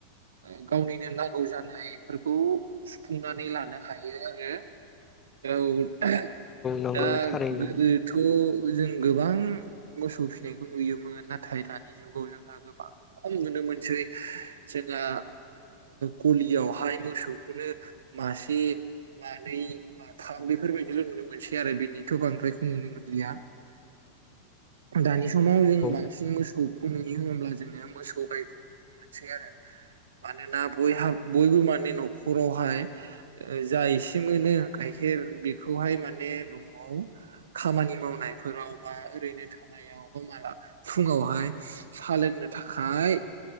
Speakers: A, on the right; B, on the left.
A: ओ गावनिनो नांगौ जानायफोरखौ सुफुंनानै लानो हायो आरो औ
B: नंगौ
A: दा
B: थारैनो
A: गोदोथ' जों गोबां मोसौ फिसिनायखौ नुयोमोन न नाथाय दानि जुगाव जोंहा गोबां खम नुनो मोनसै जोंहा गलियावहाय मोसौ नो मासे मानै माथाम बेफोरबायदिल' नुनो मोनसै आरो बेनिथ' बांद्रायखौ नुनो मोनलिया दानि समाव जों
B: औ
A: बांसिन मोसौखौ नुयो होनोमब्ला जोङो मोसौ गायखौ नुनो मोनसै आरो मानोना बयहा बयबो मान न नखरावहाय जा एसे मोनो गाइखेर बेखौहाय माने न'आव खामानि मावनायफोराव बा ओरैनो थानायाव बा माला फुङावहाय साहा लोंनो थाखाय